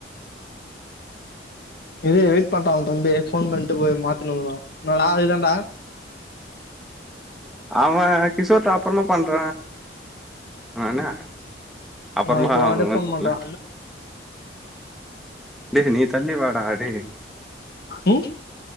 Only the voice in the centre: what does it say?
அவன் கிஷோர்ட அப்றமா பண்ற நானு அப்புறமா
அவன்ல,
டேய் நீ தள்ளி வாடா டேய்